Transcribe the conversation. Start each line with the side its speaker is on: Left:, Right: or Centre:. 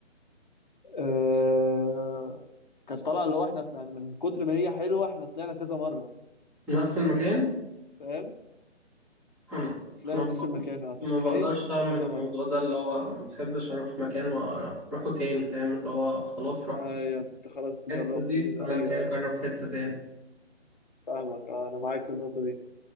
Left: أه كانت طالعه اللي هو احنا طلعنا من كتر ما هي حلوه احنا طلعنا كذا مره
Centre: نفس المكان
Left: فاهم
Centre: انا
Left: تلاقي
Centre: انا ما
Left: نفس المكان
Centre: بق-
Left: اه
Centre: ما
Left: تخيل
Centre: بقدرش اعمل
Left: كذا
Centre: الموضوع
Left: مرة
Centre: ده اللي هو ما بحبش اروح مكان واروحه تاني فاهم اللي هو خلاص رحت
Left: ايوه انت خلاص
Centre: الحتة
Left: جربته
Centre: دي السنة
Left: كده ايوه
Centre: الجاية اجرب
Left: ايوه
Centre: حتة تاني
Left: فاهمك اه انا معاك في النقطة دي